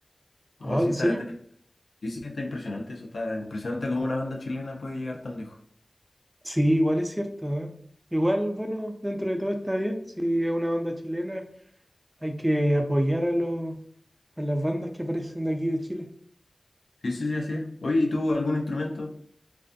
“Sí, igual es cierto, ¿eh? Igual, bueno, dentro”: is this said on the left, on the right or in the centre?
Right